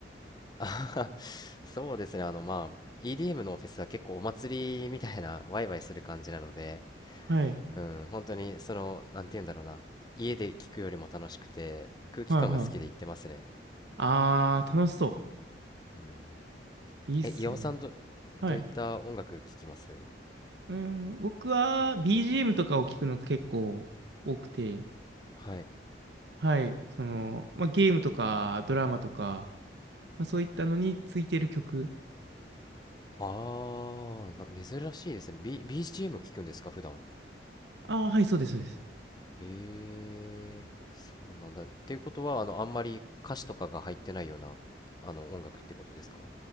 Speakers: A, on the left; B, on the right.
A: あ <laughs> そうですね、あの、まあ、EDM のフェスは結構お祭りみたいな、ワイワイする感じなので、
B: はい。
A: うん、本当に、その、なんて言うんだろうな、家で聞くよりも楽しくて、空気感が好きで行ってますね。
B: はい、はい。ああ、楽しそ
A: うん、
B: う。いいっすね。
A: え、岩尾さんど、
B: はい。
A: どういった音楽聴きます
B: うん、僕は BGM とかを聞くのが結構多くて、
A: はい。
B: はい、その、まあ、ゲームとかドラマとか、まあ、そういったのについてる曲。
A: ああ、な、珍しいですね。B、BGM 聞くんですか、普段。
B: ああ、はい、そうです、そうです。
A: ええ、そうなんだ。っていうことは、あの、あんまり歌詞とかが入ってないような、あの、音楽ってことですか